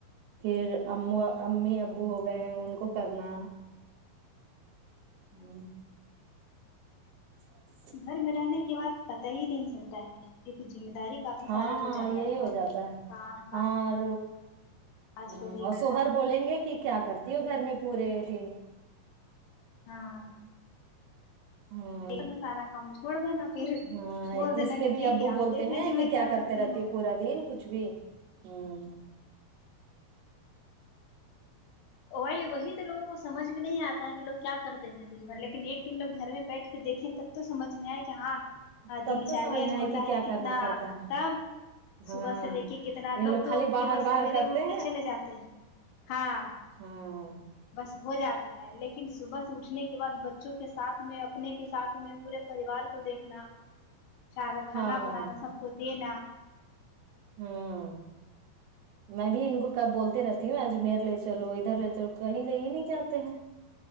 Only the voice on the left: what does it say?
ہ
گھر میں رہنے کی بات پتہ ہی نہیں چلتا ہے کیونکہ ذمہ داری کافی
سارا
ہو جاتا
ہے نا
کام
کاج
کو لے
جانا
ہاں
ان لوگ کہ سارا کام چھوڑ دینا پھر
بول دینا
کہ
ٹھیک
ہے آپ
دیکھ لیجیے
میں
کرتی
ہوں
وہی وہی تو لوگوں کو سمجھ میں نہیں آتا ہے کہ لوگ کیا کرتے ہیں دن بھر لیکن ایک دن لوگ گھر میں بیٹھ کے دیکھیں تو تو سمجھ میں آئے کہ ہاں
دن
چریا
جو ہوتا
ہے
کتنا
کام
صبح سے لے کے کتنا
لوگ تو
کیوال
سویرے
اٹ کے چلے جاتے ہیں ہاں
بس ہو جاتا ہے لیکن صبح سے اٹھنے کے بعد بچوں کے ساتھ میں اپنے کے ساتھ میں پورے پریوار کو دیکھنا سارا کھانا
بنانا سب کو دینا